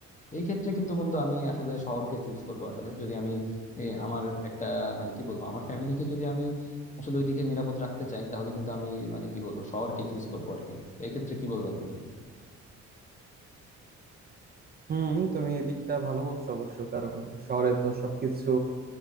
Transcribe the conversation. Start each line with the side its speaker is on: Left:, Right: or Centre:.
Left: এই ক্ষেত্রে কিন্তু বন্ধু আমি আসলে শহরকে চুজ করব আসলে যদি আমি এই আমার একটা মানে কি বলবো আমার ফ্যামিলিকে যদি আমি আসলে ওইদিকে নিরাপদ রাখতে চাই তাহলে কিন্তু আমি মানে কি বলবো শহরকে চুজ করবো আর কি তো এই ক্ষেত্রে কি বলবা তুমি
Right: হুম তুমি এই দিকটা ভালো বলছো অবশ্য কারণ শহরে তো সবকিছু